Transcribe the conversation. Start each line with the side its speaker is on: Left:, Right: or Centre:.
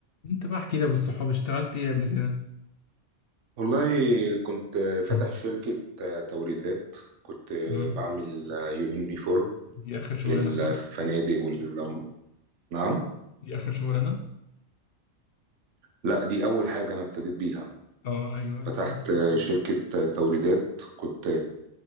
Left: انت بقى احكي لي يا ابو الصحاب اشتغلت ايه قبل كده
Right: والله كنت فاتح
Left: <laughs>
Right: شركة توريدات كنت
Left: تمام.
Right: بعمل يونيفورم
Left: دي اخر شغلانه
Right: للفنادق
Left: صح
Right: وال نعم
Left: دي اخر شغلانه
Right: لا دي أول حاجة أنا ابتديت بيها
Left: اه ايوه
Right: فتحت
Left: اتفضل
Right: شركة توريدات كنت